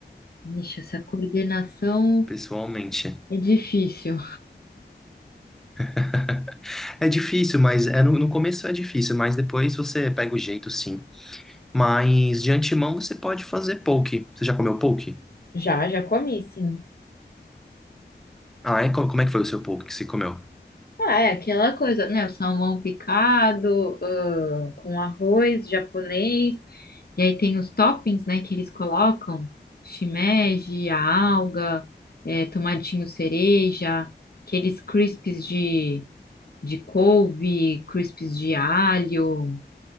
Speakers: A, on the left; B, in the centre.
A: ixi, essa coordenação
B: pessoalmente.
A: é difícil.
B: <laughs> É difícil, mas é no, no começo é difícil, mas depois você pega o jeito, sim. Mas de antemão você pode fazer poke. Você já comeu poke?
A: Já, já comi, sim.
B: Ah, é? Co- Como é que foi o seu poke que você comeu?
A: Ah, é aquela coisa, né? O salmão picado, ah, com arroz japonês. E aí tem os toppings, né, que eles colocam, shimeji, a alga, é, tomatinho cereja, aqueles crisps de, de couve, crisps de alho,